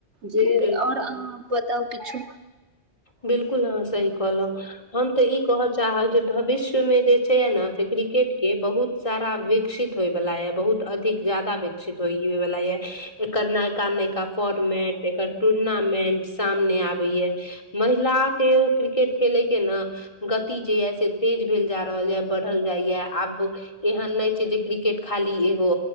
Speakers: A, on the right; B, on the left.
A: जे
B: बिलकुल
A: आओर अहाँ बताउ किछु
B: बिल्कुल अहाँ सही कहलहु हम तऽ ई कहय चाहब जे भविष्यमे जे छै यै ने से क्रिकेट के बहुत सारा विकसित होइ बाला यै बहुत अधिक ज्यादा विकसित हो हए बाला यै एकर नयका नयका फोर्मेट एकर टूर्नामेंट सामने आबे ये महिला के क्रिकेट खेले के ने गति जे ये से तेज भेल जा रहल ये बढ़ल जाय या आब एहन नै छै जे क्रिकेट क्रिकेट खाली एगो